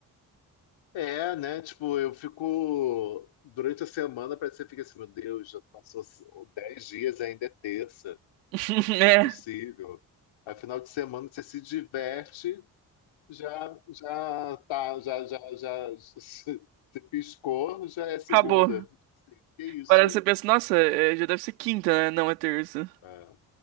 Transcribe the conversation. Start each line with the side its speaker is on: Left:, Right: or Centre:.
Left: É, né? Tipo, eu fico. Durante a semana, parece que você fica assim, meu Deus, já passou 10 dias e ainda é terça.
Right: <laughs>
Left: Isso
Right: É,
Left: é possível. Aí, final de semana, você se diverte, já, já tá, já, já, já, <laughs> se piscou, já é segunda.
Right: acabou.
Left: Que isso?
Right: Parece que você pensa, nossa, é, já deve ser quinta, né? Não, é terça.
Left: É.